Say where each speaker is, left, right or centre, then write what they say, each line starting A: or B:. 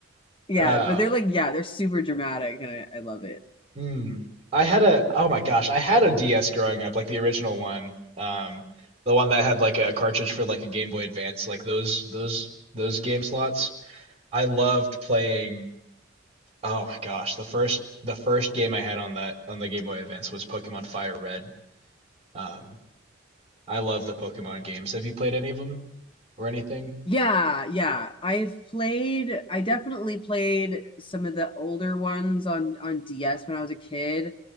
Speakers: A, on the left; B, on the right.
A: Yeah,
B: Wow.
A: but they're like yeah, they're super dramatic and I, I love it.
B: Mm. I had a, oh my gosh, I had a DS growing up, like the original one. Um, the one that had like a cartridge for like a Game Boy Advance, like those those those game slots. I loved playing, oh my gosh, the first the first game I had on that on the Game Boy Advance was Pokemon Fire Red. Um, I love the Pokemon games. Have you played any of them or anything?
A: Yeah, yeah. I've played I definitely played some of the older ones on on DS when I was a kid.